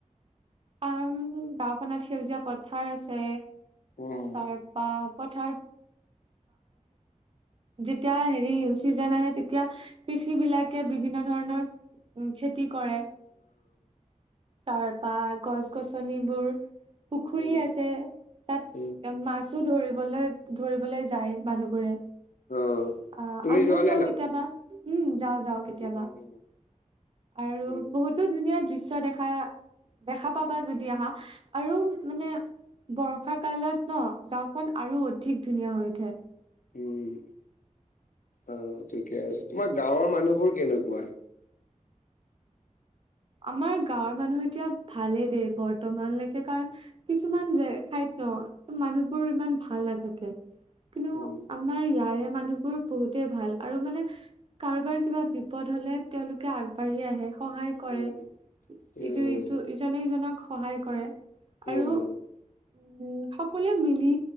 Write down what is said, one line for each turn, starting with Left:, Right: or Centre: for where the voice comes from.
Right: অ' গাওখনত সেউজীয়া পথাৰ আছে
Left: উম
Right: তাৰপা <unintelligible> যেতিয়া হেৰি চিজন আহে তেতিয়া কৃষি বিলাকে বিভিন্ন ধৰণৰ উ খেতি কৰে। ঘৰ পা গছ গছনিবোৰ পুখুৰী
Left: উম
Right: আছে তাত
Left: উম
Right: মাছো ধৰিবলৈ ধৰিবলৈ যায় মানুহবোৰে
Left: অ
Right: আহ
Left: তুমি
Right: আমিও
Left: যোৱা নে
Right: যাওঁ
Left: নাই?
Right: কেতিয়াবা উম। যাওঁ যাওঁ
Left: উম
Right: কেতিয়াবা।
Left: উম
Right: আৰু
Left: উম
Right: বহুতো ধুনীয়া দৃশ্য দেখা দেখা পাবা যদি আহা। আৰু মানে বৰ্ষা কালত ন গাঁওখন আৰু অধিক ধুনীয়া হৈ উঠে।
Left: উম। অ' ঠিকে আছে তোমাৰ গাঁৱৰ মানুহবোৰ কেনেকুৱা?
Right: আমাৰ গাঁৱৰ মানুহ এতিয়া ভালেই দেই বৰ্তমানলৈকে কাৰণ কিছুমান যে ঠাইত। - ন মানুহবোৰ ইমান ভাল নাথাকে। কিন্তু
Left: উম
Right: আমাৰ ইয়াৰে মানুহবোৰ বহুতেই ভাল। আৰু মানে কাৰোবাৰ কিবা বিপদ হলে তেওঁলোকে আগবাঢ়ি আহে সহায়। - কৰে
Left: উম উম
Right: ইটো ইটো ইজনে সিজনক সহায়। কৰে আৰু
Left: উম
Right: উ
Left: উম
Right: সকলোৱে মিলি